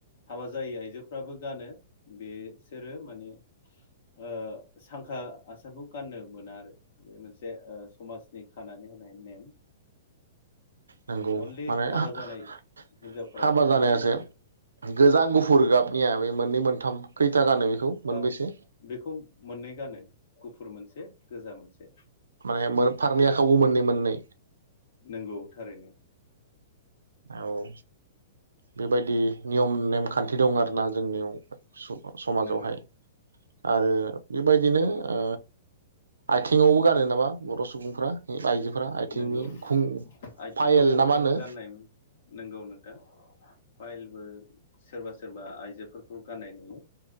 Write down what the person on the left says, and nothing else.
हाबा जायै आइजोफ फ्राबो गानो बे सोरो माने ओ सांखा आसानखौ गाननो मोना आरो बे मोन जे ओ समाजनि खानानै होनाय नेम
अनलि
हाबा
जानाय हिनजावफोराल' गाननो
मोनगोन आरो
नंगौ
औ बेखौ मोननै गानो गुफुर मोनसे गोजा मोनसे।
नंगौ थारैनो।
नंगौ
नंगौ
आथिङावबो
गाननाय नंगौ नोंथां फाइलबो सोरबा सोरबा आइजोफोरखौ गाननाय नुयो